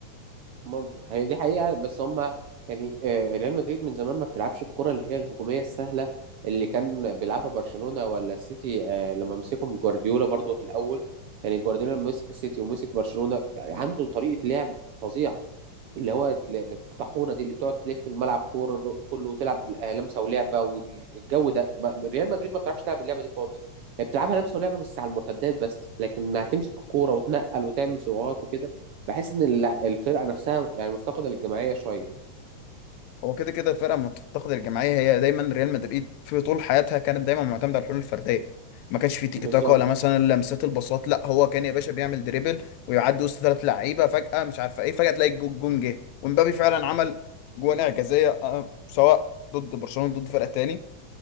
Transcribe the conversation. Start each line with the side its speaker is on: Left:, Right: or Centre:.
Right: ممكن هي دي حقيقة بس هم يعني آه، ريال مدريد من زمان ما بتلعبش الكرة اللي هي الهجومية السهلة اللي كان بيلعبها برشلونة ولا السيتي آه، لما مسكهم جوارديولا برضو في الأول يعني جوارديولا لما مسك السيتي ومسك برشلونة عنده طريقة لعب فظيعة اللي هو تل- الطاحونة دي اللي بتقعد تلف الملعب كورة كله وتلعب بال- آه، لمسة ولعبة والجو ده ب- ريال مدريد ما بتعرفش تلعب اللعبة دي خالص هي بتلعبها لمسة ولعبة بس على المرتدات بس لكن هتمسك الكورة وتنقل وتعمل سرعات وكده بحس ان الع- الفرقه نفسها يعني مفتقده للجماعيه شويه
Left: هو كده كده الفرقه لما بتفتقد الجماعيه هي دايما ريال مدريد في طول حياتها كانت دايما معتمده على الحلول الفرديه ما كانش في تيكي
Right: بالظبط
Left: تاكا ولا مثلا لمسات البساط لا هو كان يا باشا بيعمل دريبل ويعدي وسط ثلاث لعيبه فجاه مش عارفه ايه فجاه تلاقي الجو- الجون جه ومبابي فعلا عمل جوان اعجازيه آه، سواء ضد برشلونه ضد فرقه تاني